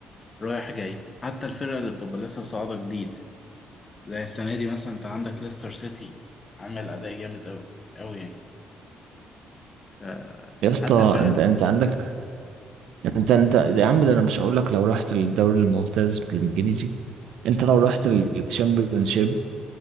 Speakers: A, on the left (about 30°); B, on the right (about 80°).
A: رايح جاي حتى الفرقة اللي بتبقى لسه صاعدة جديد زي السنة دي مثلا أنت عندك ليستر سيتي عامل أداء جامد أوي أوي يعني ف
B: يا اسطى
A: حتى الفرقة
B: انت انت عندك انت انت يا عم ده انا مش هقول لك لو رحت للدوري الممتاز الانجليزي انت لو رحت للتشامبيونشيب